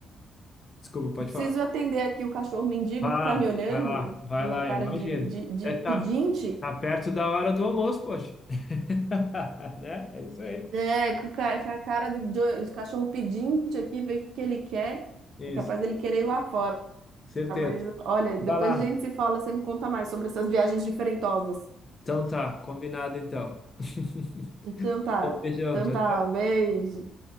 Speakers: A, on the left; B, on the right.
A: Desculpa, pode
B: Eu Preciso
A: falar.
B: atender aqui o cachorro mendigo
A: Ah,
B: que tá me olhando
A: vai lá, vai
B: com uma
A: lá,
B: cara
A: eu imagino.
B: de, de, de
A: É
B: pedinte.
A: tá, tá perto da hora do almoço, poxa. <laughs> Né? É isso aí.
B: É, com ca- com a cara do, de, de cachorro pedinte aqui, ver o que que ele quer.
A: Isso,
B: É capaz dele querer ir lá fora.
A: certeza.
B: Mas olha, depois
A: Vai lá.
B: a gente se fala, você me conta mais sobre essas viagens diferentosas.
A: Então tá, combinado então. <laughs>
B: Então tá,
A: Bom, beijão,
B: então
A: tchau,
B: tá,
A: tchau.
B: um beijo.